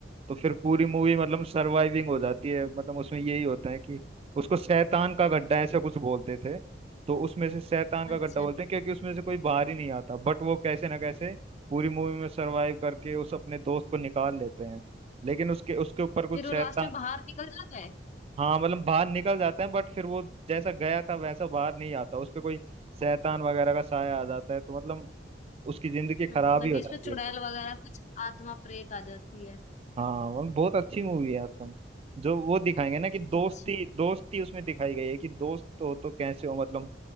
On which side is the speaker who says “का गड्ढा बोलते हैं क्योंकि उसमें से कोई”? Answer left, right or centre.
Right